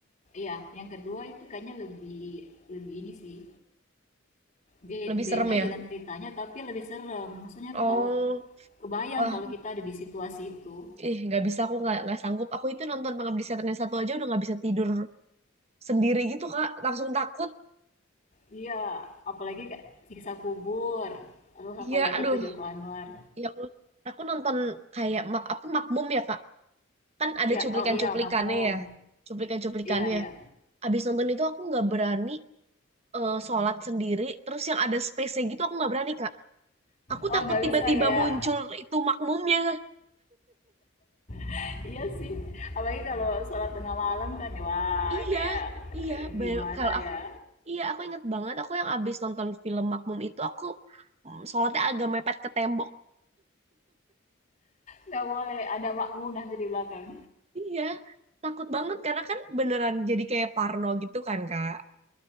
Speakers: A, on the left (about 40°); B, on the right (about 30°).
A: ya, yang kedua itu kayaknya lebih lebih ini sih. Be-
B: Lebih
A: beda
B: serem ya.
A: jalan ceritanya tapi lebih serem. Maksudnya
B: Oh,
A: kalau kebayang
B: wah,
A: kalau kita ada di situasi itu.
B: ih nggak bisa aku nggak nggak sanggup. Aku itu nonton Pengabdi Setan yang satu aja udah nggak bisa tidur sendiri gitu Kak. Langsung takut.
A: Iya, apalagi Kak, Siksa Kubur, terus
B: Iya,
A: apalagi
B: aduh,
A: tuh Joko Anwar.
B: yang aku nonton kayak mak apa Makmum ya Kak. Kan ada
A: Ya,
B: cuplikan-cuplikannya
A: oh iya Makmum.
B: ya. Cuplikan-cuplikannya.
A: Iya, iya.
B: Abis nonton itu aku nggak berani eh, sholat sendiri. Terus yang ada space-nya gitu aku nggak berani Kak. Aku
A: Oh
B: takut
A: nggak
B: tiba-tiba
A: bisa kayak,
B: muncul itu makmumnya.
A: <laughs> iya sih. Apalagi kalau sholat tengah malam kan, wah
B: Iya,
A: kayak
B: iya.
A: eh, gimana
B: Ba- Kalau
A: ya?
B: aku, iya aku inget banget. Aku yang abis nonton film Makmum itu aku mm, sholatnya agak mepet ke tembok.
A: Nggak boleh ada makmum nanti di belakang.
B: Iya, takut banget karena kan beneran jadi kayak parno gitu kan Kak.